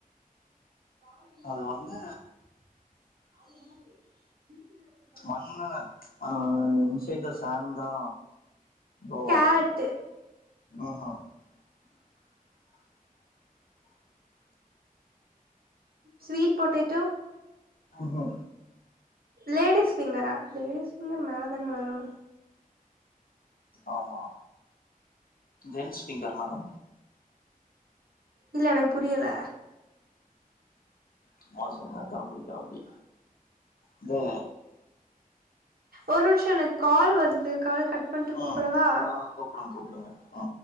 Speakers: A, on the right; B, on the left.
A: <unintelligible>
B: அது வந்து மண்ணு ஆ இன்சைட் த சேன் தா க்ரோவாகு
A: கேரட்டு
B: ம்ம் <unintelligible>
A: ஸ்வீட் பொட்டேட்டோ
B: ம்ஹூ
A: லேடிஸ் பிங்கரா லேடிஸ் பிங்கர் மேல தான வளரு
B: ஆமா ஜென்ஸ் பிங்கர்னானு
A: இல்ல எனக்கு புரியல
B: சும்மா சொன்னே காமெடி காமெடி இது
A: ஒரு நிமிஷோ எனக்கு கால் வருது கால் கட் பண்ட்டு
B: ஆ
A: கூப்படவா
B: அ கூப்புடுங்க கூப்புடுங்க ஆ